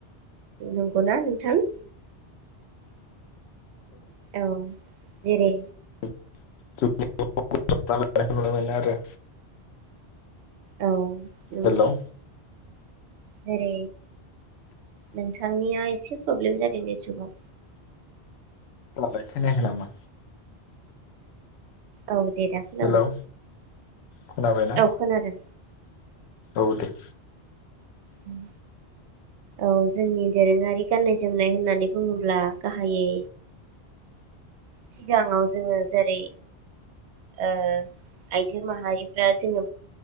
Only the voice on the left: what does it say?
<unintelligible> नुनो मोनो आरो
हेलौ
दालाय खोनायाखै नामा?
हेलौ खोनाबायना
औ दे